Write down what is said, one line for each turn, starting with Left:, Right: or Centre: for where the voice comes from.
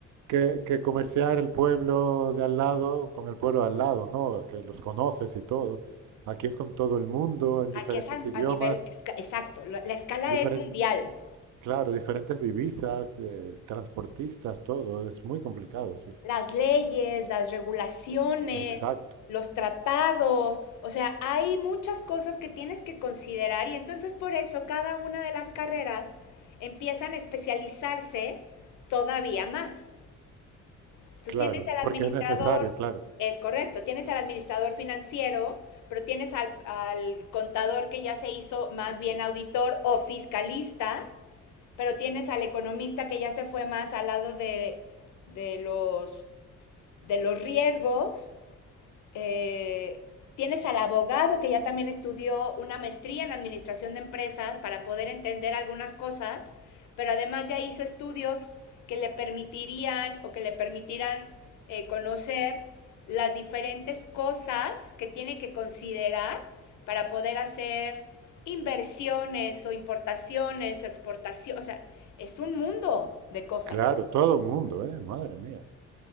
Right: que, que comerciar el pueblo de al lado con el pueblo de al lado, ¿no? Que los conoces y todo. Aquí es con todo el mundo, en
Left: Aquí
Right: diferentes
Left: es a,
Right: idiomas,
Left: a nivel esca- exacto. La, la escala
Right: diferen-
Left: es mundial.
Right: claro, diferentes divisas, eh, transportistas, todo. Es muy complicado, sí.
Left: las leyes, las regulaciones,
Right: Exacto,
Left: los tratados, o sea, hay muchas cosas que tienes que considerar y entonces por eso cada una de las carreras empiezan a especializarse todavía más. Entonces
Right: claro,
Left: tienes al administrador,
Right: porque es necesario, claro.
Left: es correcto, tienes al administrador financiero, pero tienes al, al contador que ya se hizo más bien auditor o fiscalista, pero tienes al economista que ya se fue más al lado de, de los de los riesgos. Eh, tienes al abogado que ya también estudió una maestría en administración de empresas para poder entender algunas cosas, pero además ya hizo estudios que le permitirían o que le permitirán eh, conocer las diferentes cosas que tiene que considerar para poder hacer inversiones o importaciones o exportación, o sea, es un mundo de cosas.
Right: Claro, todo el mundo, ¿eh? Madre mía.